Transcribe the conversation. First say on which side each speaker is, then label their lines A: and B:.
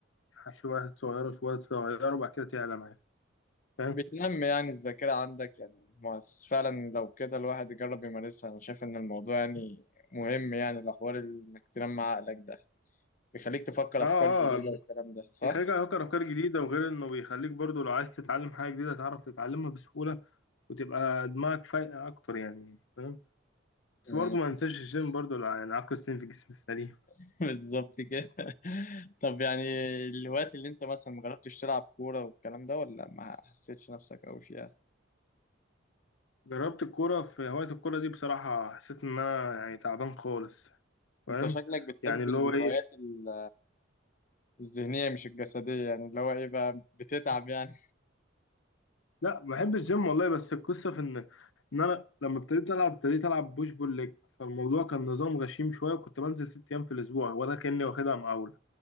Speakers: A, on the left; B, on the left.
A: شوية صغيرة شوية صغيرة وبعد كده تعلى معاك فاهم؟
B: بتنمي يعني الذاكرة عندك يعني ما بس فعلا لو كده الواحد يجرب يمارسها أنا شايف إن الموضوع يعني مهم يعني الأحوال إنك تنمي عقلك ده بيخليك تفكر
A: اه
B: أفكار جديدة
A: اه
B: والكلام ده صح؟
A: بيخليك تفكر افكار جديده وغير انه بيخليك برضو لو عايز تتعلم حاجه جديده تعرف تتعلمها بسهوله وتبقى دماغك فايقه اكتر يعني فاهم بس
B: مم.
A: برضو ما ننساش الجيم برضو لع- يعني عقل السليم في الجسم السليم
B: <laughs> بالظبط كده <laughs> طب يعني الوقت اللي انت مثلا مجربتش تلعب كورة والكلام ده ولا ما حسيتش نفسك أوي فيها
A: جربت الكوره في هوايه الكوره دي بصراحه حسيت ان انا يعني تعبان خالص فاهم
B: انت شكلك بتحب
A: يعني اللي
B: الهوايات
A: هو ايه
B: ال- الذهنية مش الجسدية يعني اللي هو ايه بقى بتتعب يعني
A: لا بحب الجيم والله بس القصه في ان ان انا لما ابتديت العب ابتديت العب بوش بول ليج فالموضوع كان نظام غشيم شويه وكنت بنزل ست ايام في الاسبوع ولا كاني واخدها مقاوله